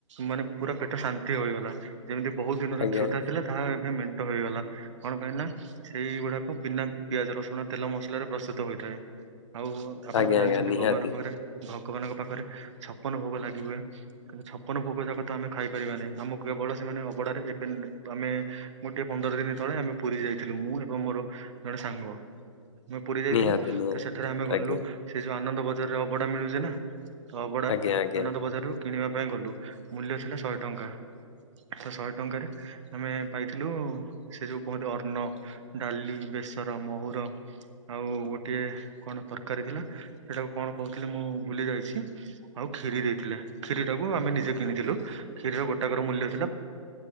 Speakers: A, on the right; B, on the left.
A: ମାନେ ପୁରା ପେଟ ଶାନ୍ତି ହୋଇଗଲା। ଯେମିତି ବହୁତ ଦିନର
B: ଆଜ୍ଞା
A: କ୍ଷୁଧା
B: ଆଜ୍ଞା
A: ଥିଲା ତାହା ଏବେ ମେଣ୍ଟ ହେଇଗଲା କଣ ପାଇଁ ନା ସେଇଗୁଡ଼ାକ ବିନା ପିଆଜ, ରସୁଣ, ତେଲ, ମସଲାରେ ପ୍ରସ୍ତୁତ ହୋଇଥାଏ, ଆଉ ଆପଣ
B: ଆଜ୍ଞା
A: ତ ଜାଣିଛନ୍ତି
B: ଆଜ୍ଞା ନିହାତି
A: ଭଗବାନଙ୍କ ଘରେ ଭଗବାନଙ୍କ ପାଖରେ ଛପନ ଭୋଗ ଲାଗି ହୁଏ। କିନ୍ତୁ ଛପନ ଭୋଗ ଜାକ ତ ଆମେ ଖାଇପାରିବାନାହିଁ, ଆମକୁ କେବଳ ସେମାନେ ଅବଢାରେ <unintelligible> ଆମେ ମୁଁ ଟିକେ ପନ୍ଦର ଦିନ ତଳେ ଆମେ ପୁରୀ ଯାଇଥିଲୁ, ମୁଁ ଏବଂ ମୋର ଜଣେ ସାଙ୍ଗ, ଆମେ ପୁରୀ ଯାଇଥିଲୁ,
B: ନିହାତି ନିହାତି
A: ତ ସେଠାରେ ଆମେ ଗଲୁ
B: ଆଜ୍ଞା
A: ସେ ଯୋଉ ଆନନ୍ଦ ବଜାରେ ଅବଡା ମିଳୁଛି ନା, ଅବଡା
B: ଆଜ୍ଞା ଆଜ୍ଞା
A: ଆନନ୍ଦ ବଜାରରୁୁ କିଣିବା ପାଇଁ ଗଲୁ। ମୂଲ୍ୟ ଥିଲା ଶହେ ଟଙ୍କା। ତ ଶହେ ଟଙ୍କାରେ ଆମେ ପାଇଥିଲୁ, ସେ ଯୋଉ କୁହନ୍ତି ଅର୍ଣ୍ଣ ଡାଲି, ବେସର, ମହୁୁର ଆଉ ଗୋଟିଏ କଣ ତରକାରୀ ଥିଲା? ସେଇଟାକୁ କଣ କହୁଥିଲେ, ମୁଁ ଭୁଲି ଯାଇଛି। ଆଉ କ୍ଷୀରି ଦେଇଥିଲେ। କ୍ଷୀରି ଟାକୁ ଆମେ ନିଜେ କିଣିଥିଲୁ, କ୍ଷୀରିର ଗୋଟାକର ମୂଲ୍ୟ ଥିଲା